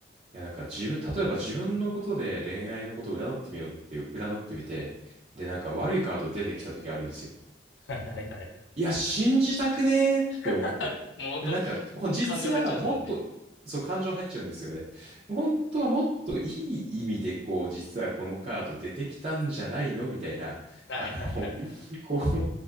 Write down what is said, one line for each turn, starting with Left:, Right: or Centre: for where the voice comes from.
Right: いや、なんか自分、例えば自分のことで恋愛のことを占ってみようって、占ってみて、で、なんか悪いカード出てきた時あるんですよ。
Left: <laughs> はいはいはい。
Right: いや、信じたくねーって思って。
Left: <laughs> もう本当
Right: いや、なんか、ほん実はもっと、
Left: 感情入っちゃいますもんね。
Right: そう、感情入っちゃうんですよね。本当はもっといい意味で、こう、実はこのカード出てきたんじゃないのみたいな、
Left: はいはいはいはい。
Right: あの、<laughs> こう、